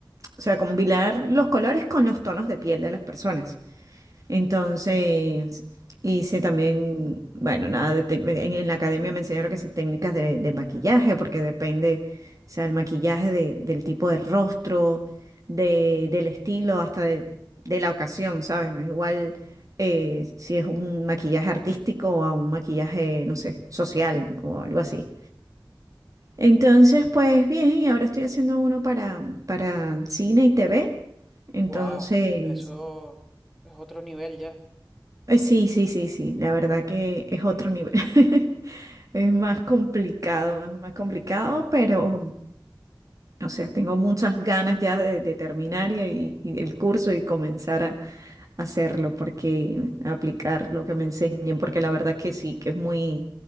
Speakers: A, on the right; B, in the centre.
A: o sea, combinar los colores con los tonos de piel de las personas. Entonces, hice también, bueno, nada de tec- en, en la academia me enseñaron que sí, técnicas de, de maquillaje, porque depende, o sea, el maquillaje de- del tipo de rostro, de- del estilo, hasta de, de la ocasión, ¿sabes? No es igual eh, si es un maquillaje artístico o a un maquillaje, no sé, social o algo así. Entonces, pues bien, y ahora estoy haciendo uno para, para cine y TV. Entonces,
B: Wow, eso es otro nivel ya.
A: eh, Sí, sí, sí, sí, la verdad que es otro nivel. <laughs> Es más complicado, es más complicado, pero, o sea, tengo muchas ganas ya de, de terminar y, y- y el curso y comenzar a hacerlo, porque a aplicar lo que me enseñen, porque la verdad que sí, que es muy,